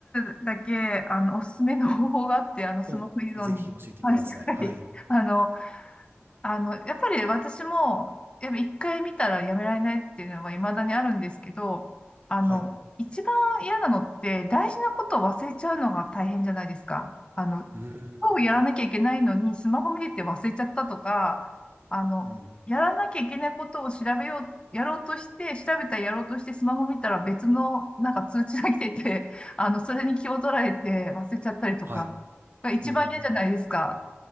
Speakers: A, on the left; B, on the right.
A: つだけ、あの、おすすめの方法があって、あの、スマホ依存に関して、
B: お、ぜひ教えてください。
A: はい。
B: はい。
A: あの、あの、やっぱり私も、やっぱ一回見たらやめられないっていうのが未だにあるんですけど、あの、
B: はい。
A: 一番嫌なのって、大事なことを忘れちゃうのが大変じゃないですか。あの、
B: うーん。
A: 今日やらなきゃいけないのに、スマホ見てて忘れちゃったとか、あの、
B: うん。
A: やらなきゃいけないことを調べよう、やろうとして、調べたらやろうとして、スマホ見たら別のなんか通知が来てて、あの、それに気を取られて忘れちゃったりとか、
B: はい。<laughs>
A: が一番嫌じゃないですか。
B: うんうんうんふん